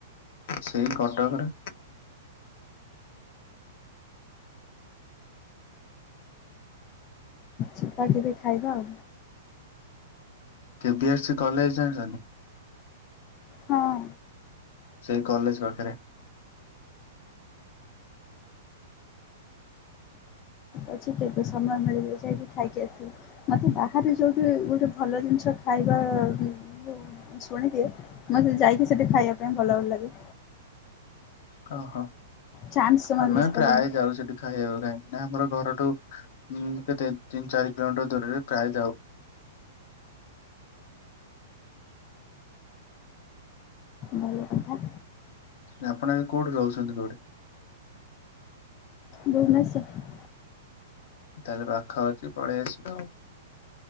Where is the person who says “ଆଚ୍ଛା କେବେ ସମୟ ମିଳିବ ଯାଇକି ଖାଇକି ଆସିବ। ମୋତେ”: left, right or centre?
Left